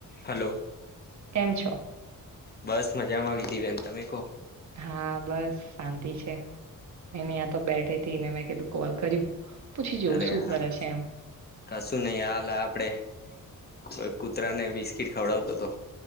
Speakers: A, on the left; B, on the right.
A: Hello.
B: કેમ છો.
A: બસ મજામાં વિધી બેન તમે કહો?
B: હા બસ શાંતિ છે એને યાં તો બેઠી ને મેં કીધું કોલ કર્યું. પૂછી જોવું
A: અરે
B: શું
A: હા
B: કરે છે એમ.
A: કશું નહિ હાલ આપડે કો કૂતરા ને બિસ્કીટ ખવડાવતો હતો.